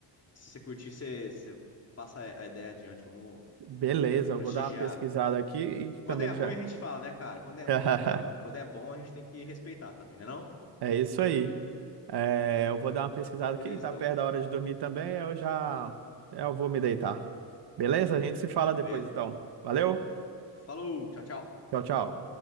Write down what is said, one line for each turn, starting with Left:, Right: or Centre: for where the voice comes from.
Left: Se você curtir, você, você passa a ideia adiante. Vamos
Right: Beleza, eu
Left: prestigiar.
Right: vou dar uma pesquisada aqui e também
Left: Quando é
Right: que
Left: ruim,
Right: já.
Left: a gente fala, né, cara? Quando é ruim,
Right: <laughs>
Left: a gente fala, mas quando é bom, a gente tem que respeitar também, né não?
Right: É isso aí. É, eu vou dar uma pesquisada
Left: Beleza,
Right: aqui, tá
Left: então.
Right: perto da hora de dormir também, eu já
Left: Uhum.
Right: eu vou me deitar. Beleza? A gente se fala
Left: Beleza.
Right: depois então. Valeu?
Left: Falou, tchau, tchau.
Right: Tchau, tchau.